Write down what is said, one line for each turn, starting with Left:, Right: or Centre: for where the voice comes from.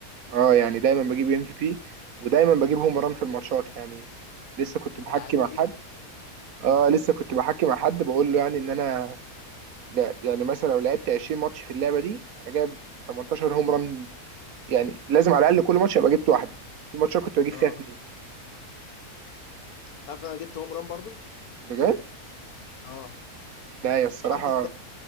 Right: أه يعني دايما بجيب ام في بي ودايما بجيب هوم ران في الماتشات يعني لسه كنت
Left: انت
Right: بحكي
Left: لعيب كبير
Right: مع حد
Left: بقى
Right: أه
Left: مم.
Right: لسه كنت بحكي مع حد بقول له يعني إن أنا لا يعني مثلا لو لعبت 20 ماتش في اللعبة دي أنا جايب 18 هوم ران يعني لازم على الأقل كل ماتش أبقى جبت واحدة في ماتشات كنت بجيب فيها
Left: اه
Right: اتنين
Left: تعرف انا جبت هوم ران برضو
Right: بجد
Left: اه
Right: لا هي الصراحة
Left: مش عارف ازاي